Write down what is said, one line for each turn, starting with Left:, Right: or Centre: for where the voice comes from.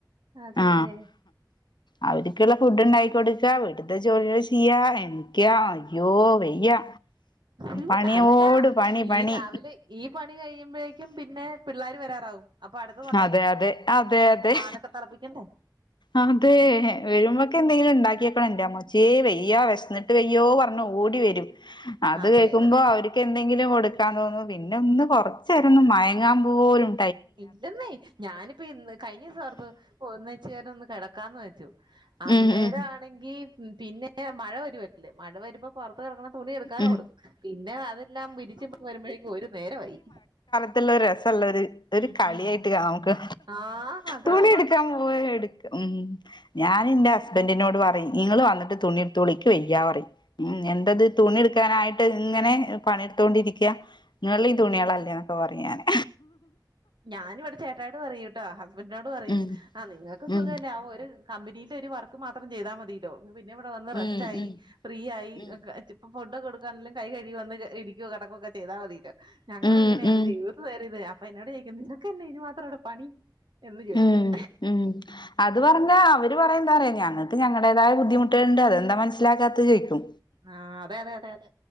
Right: അതെ
Left: ആ അവര്ക്കുള്ള ഫുഡ് ഉണ്ടാക്കി കൊടുക്കാ വീട്ടത്തെ ജോലികൾ ചെയ്യാ എണീക്ക അയ്യോ വയ്യ
Right: ഉം
Left: പണിയോട്
Right: അതല്ല
Left: പണി പണി
Right: ഈ രാവിലെ ഈ പണി കഴിയുമ്പഴേക്കും പിന്നെ പിള്ളേര് വരാറാവും അപ്പൊ അടുത്തതുണ്ടാക്കണം
Left: അതെ അതെ അതെ അതെ
Right: പാലൊക്കെ തിളപ്പിക്കണ്ടേ
Left: അതെ വരുമ്പക്ക് എന്തെങ്കിലും ഉണ്ടാക്കി വെക്കണം ഇന്റെ അമ്മ ച്ചേ വയ്യാ വിശന്നിട്ട് വയ്യോ പറഞ്ഞു ഓടി വരും അത്
Right: അതെ
Left: കേൾക്കുമ്പോ
Right: അതെ
Left: അവര് കെന്തെങ്കിലും കൊടുക്കാൻ തോന്നു പിന്നെ ഒന്ന് കൊറചേരന്നു മയങ്ങാപോലും
Right: ഇല്ലെന്നേ ഞാനിപ്പ ഇന്ന് കഴിഞ്ഞ ദിവസോർത്തു ഒന്നച്ചീരൊന്ന് കിടക്കാന്ന് വെച്ചു അന്നേരം
Left: ഉം ഉം
Right: ആണെങ്കി പിന്നെ മഴ വരോല്ലേ മഴ വരുമ്പോ പൊറത്ത് കിടക്കണ തുണി എടുക്കാനോടും
Left: ഉം
Right: പിന്നെ അതെല്ലാം വിരിച് വരുമ്പോഴേക്കും ഒരു നേരമായി
Left: ഇതെല്ലാം ഒര് രസല്ലരു ഒര്
Right: ഉം
Left: കളിയായിട്ട്
Right: ഉം
Left: കാ നമുക്ക്
Right: ആഹ് അതെ
Left: തുണി
Right: അതെ
Left: എടുക്കാൻ പോവേ എട് ഉം ഞാന്ന്റെ ഹസ്ബന്റിനോട് പറയും ഇങ്ങള് വന്നിട്ട് തുണിട്ത്തോളി ഇക്ക് വയ്യാറയും ഉം എന്തത് ആയിട്ട് ഇങ്ങനെ പണിയെടുത്തൊണ്ടിരിക്ക ഇങ്ങളെ തുണ്യേളല്ലേ
Right: ആ
Left: ഓ അറിയാന്
Right: ഞാനിവിടെ ചേട്ടായിനോട് പറയു ട്ടോ ഹസ്ബൻറിനോട് പറയും
Left: ഉം
Right: ആ നിങ്ങക്ക് സുഖല്ലേ
Left: ഉം
Right: ആ ഒരു കമ്പനിലെ ഒരു വർക്ക് മാത്രം ചെയ്താൽ മതില്ലോ പിന്നെ ഇവിടെ വന്ന് റെസ്റ്റ്
Left: ഉം
Right: ആയി
Left: ഉം
Right: ഫ്രീ ആയി
Left: ഉം
Right: ക്കെ ഫുഡൊക്കെ കൊടുക്കാനെല്ലാ കൈ കഴുകി വന്ന് ഇരിക്കോ കടക്കുകൊക്കെ ചെയ്താൽ മതില്ലോ ഞങ്ങളങ്ങനെയല്ല
Left: ഉം ഉം
Right: ദൈവം വെറുതേ അപ്പൊ എന്നോട് ചോയിക്കും നിനക്ക് എന്നാ ഇനിമാത്രം ഇവിടേ പണി എന്ന് ചോയിക്കും
Left: ഉം ഉം അത് പറഞ്ഞ അവര് പറയഎന്താറിയോ ഞങ്ങൾക്ക് ഞങ്ങളടേതായ ബുദ്ധിമുട്ടുകളുണ്ട് അതെന്താ മനസ്സിലാക്കാത് ചോയിക്കും
Right: ആഹ് അതെ അതെ അതെ അതെ